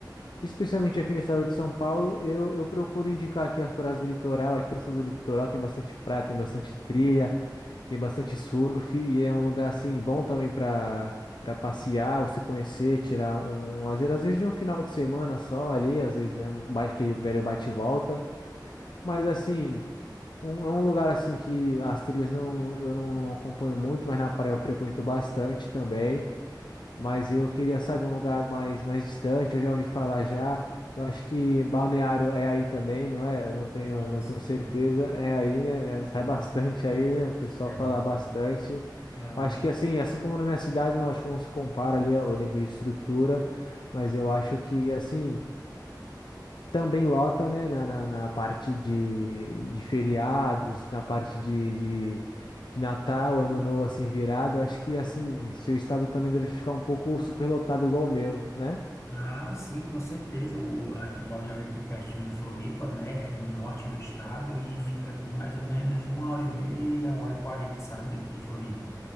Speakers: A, on the left (about 80°); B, on the left (about 40°).
A: Especialmente aqui no estado de São Paulo, eu, eu procuro indicar aqui as praias do litoral. Aqui eu sou do litoral, tem bastante praia, tem bastante trilha, tem bastante surf e é um lugar assim bom também para para passear, você conhecer, tirar um lazer, às vezes de um final de semana só ali, às vezes né, mais aquele velho bate e volta. Mas assim, um- é um lugar assim que as trilhas não eu não, não acompanho muito, mas na praia eu frequento bastante também mas eu queria, sabe, um lugar mais, mais distante, eu já ouvi falar já. Eu acho que Balneário é aí também, não é? Eu não tenho,
B: Ah,
A: não
B: sim.
A: tenho certeza. É aí, né? É, Sai
B: sim.
A: bastante aí, né? O pessoal
B: É.
A: fala bastante.
B: Ah,
A: Eu acho que assim, assim como na minha cidade, não acho que não se compara ali o nível de estrutura, mas eu acho que assim. Também lota, né, na, na, na parte de, de feriados, na parte de, de, de Natal, Ano Novo, assim, virado. Acho que, assim, seu estado também deve ficar um pouco superlotado igual o meu, né?
B: Ah, sim, com certeza. O, o- aqui, Balneário, aqui pertinho de Floripa, né? É no norte do estado e fica aqui mais ou menos de uma hora e meia, uma hora e quarenta, sabe? Daqui de Floripa.